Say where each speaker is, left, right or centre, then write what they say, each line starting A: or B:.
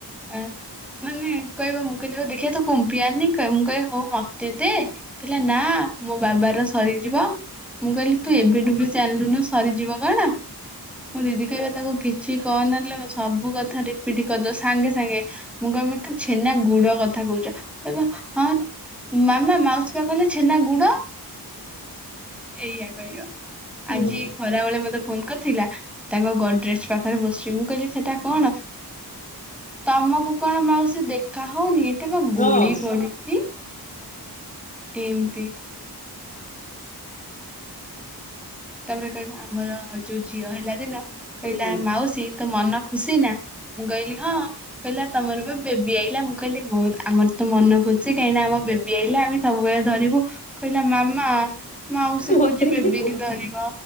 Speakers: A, in the centre; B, on the left.
A: ଆ ମାନେ କହିବା ମୁଁ କହିଲି ଦେଖିବା ତ କ ବିୟାନି କହେ ମୁଁ କହେ ହଉ ମତେ ଦେ ପହିଲା ନା। ମୋ ବାବା ର ଶରୀ ଯବ, ମୁଁ କହିଲି ତୁ ଏବେଠୁ ବି ଚାଲିଲୁନୁ ସରିଯିବ କଣ ମୋ ଦିଦି କହିବା ତାକୁ କିଛି କିଛି କହ ନହେଲେ ସବୁ କଥା ରିପିଟ୍ କରିଦ ସାଙ୍ଗେ ସାଙ୍ଗେ। ମୁଁ କହମି ଛେନା ଗୁଡ କଥା କହୁଛି ଚ କହିବ ହଁ ମାମା ମାଉସୀ ପା କହିଲେ ଛେନା ଗୁଡ। ଏଇଆ କହିବ
B: ହୁଁ
A: ଆଜି ଖରା ବେଳେ ମତେ ଫୋନ କରିଥିଲା ତାଙ୍କ ଗଡ୍ରେଜ ପାଖରେ ବସିଚି, ମୁଁ କହିଲି ସେଟା କଣ ତମକୁ କଣ ମାଉସ ଦେଖା ହଉନି ଏଟା ବା
B: ହଁ
A: ଗୋଡି ପଡିଚି। ତିମ ତି <unintelligible> ତାପରେ କହିବା ଆମର ଯୋଉ ଝିଅ ହେଲା ଦିନ କହିଲା
B: ହୁଁ
A: ମାଉସୀ ତତୋ ମନ ଖୁସି ନା ମୁଁ କହିଲି ହଁ କହିଲା ତମର ଏ ବେବି ଆଇଲା ମୁଁ କହିଲି ମୋର ଆମର ତ ମନ ଖୁସି ଅଛି କାହିଁକି ଆମ ବେବି ଆଇଲା ଆମେ ସବୁବେଳେ ଧରିବୁ କହିଲା ମା ମା ମାଉସି
B: ମତେ
A: କହୁଚି
B: କି
A: ବେବିକିି ଧରି